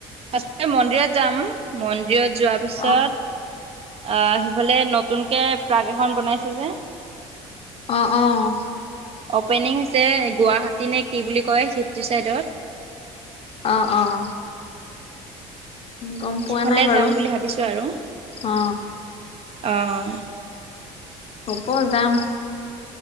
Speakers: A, on the right; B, on the left.
A: তাতেই মন্দিৰত যাম, মন্দিৰত যোৱাৰ পিছত
B: অ
A: পিছত আহ সেইফালে নতুনকে প্ৰাক এখন বনাইছে যে।
B: অ', অ।
A: অপেনিং হৈছে গুৱাহাটী নে কি বুলি কয় সিটো ছাইডত।
B: অ', অ। গম পোৱা
A: সিফালে
B: নাই বাৰু
A: যাম বুলি ভাবিছোঁ আৰু।
B: অ
A: অহ।
B: হ'ব যাম।